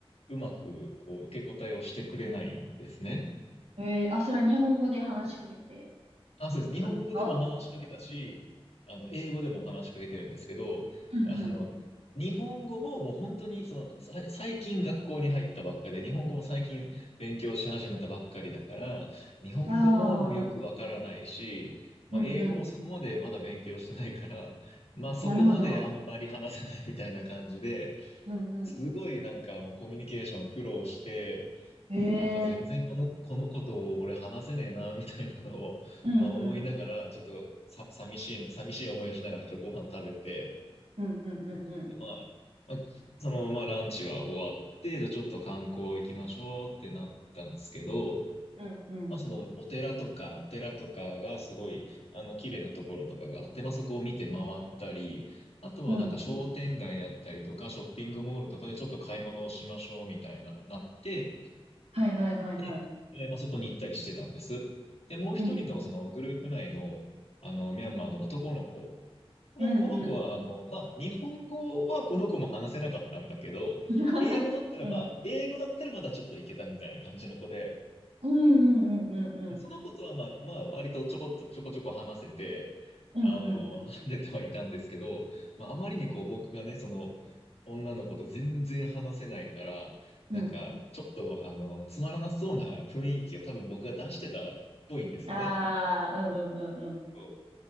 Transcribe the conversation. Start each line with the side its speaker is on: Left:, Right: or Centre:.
Left: う、うまくこう受け答えをしてくれないんですね。
Right: ん。えー、あ、それは日本語で話しかけて
Left: あ、そうです。日本語でも話しかけたし、
Right: たんですか
Left: あの、英語でも話しかけてるんですけど、
Right: うん、
Left: あの、
Right: う
Left: 日本語ももう本当に、その、さい最近学校に入ったばっかで、日本語も最近勉強し始めたばっかりだから、日本語ももうよくわからないし、
Right: ん。ああ、なるほど。
Left: まあ、
Right: うん、
Left: 英語もそこまでまだ勉強してないから、
Right: うん。
Left: まあ、そこまであんまり話せないみたいな感じで、
Right: なるほど。うん、
Left: すごいなんかもうコミュニケーション苦労して、
Right: うん。えー、
Left: うんなんか全然この、このことを俺話せねえな、みたいなのを、
Right: うん、
Left: まあ思いながら、
Right: うん。
Left: ちょっとさ、寂しいな、寂しい思いをしながらちょっとご飯食べて、
Right: うん、うん、うん、うん。
Left: で、まあ、まあ、そのままランチは終わって、じゃあちょっと観光行きましょうってなったんですけど、
Right: うん、うん。
Left: まあそのお寺とか、お寺とかがすごい、あの、綺麗なところとかがあって、まあそこを見て回ったり、あとはなんか商店街だったりとか、
Right: うん、うん。
Left: ショッピングモールとかでちょっと買い物をしましょうみたいな、のになって、
Right: はい、はい、はい、
Left: で、
Right: はい。
Left: えーまあそこに行ったりしてたんです。で、もう一人のそのグループ内の、
Right: うん、
Left: あの、ミャンマーの男の子、この、
Right: うん、
Left: この子は、
Right: うん。
Left: あの、まあ、日本語はこの子も話せなかったんだけど、
Right: うん。<laughs>
Left: 英語だったら、
Right: うん、
Left: まあ、英語だったらまだちょっといけたみたいな感じの子で、
Right: うん、うん、うん、うん。
Left: そのことは、まあ、まあ、割とちょこっと、ちょこちょこ話せて、
Right: うん、
Left: あの、
Right: うん、うん。
Left: 話せてはいたんですけど、まあ、あまりにこう、僕がね、その、女の子と全然話せないから、
Right: うんうん。
Left: なんか、ちょっと、あの、つまらなそうな雰囲気を多分僕が出してたっぽいんですよね。
Right: ああ、うん、うん、
Left: そう